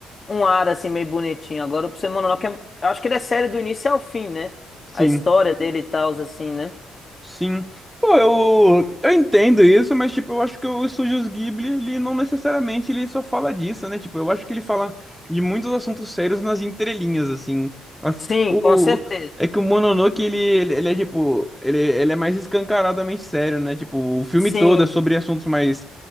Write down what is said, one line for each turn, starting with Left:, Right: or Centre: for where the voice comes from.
Left: um ar assim meio bonitinho. Agora o Princesa Mononoke, é- eu acho que ele é sério do início ao fim, né?
Centre: Sim.
Left: A história dele e tal, assim, né?
Centre: Sim. Pô, eu, eu entendo isso, mas tipo, eu acho que o Estúdios Ghibli, ele não necessariamente ele só fala disso, né? Tipo, eu acho que ele fala de muitos assuntos sérios nas entrelinhas, assim. As-
Left: Sim,
Centre: O,
Left: com certeza.
Centre: é que o Mononoke, ele, ele, ele é tipo, ele, ele é mais escancaradamente sério, né? Tipo, o filme
Left: Sim,
Centre: todo é sobre assuntos mais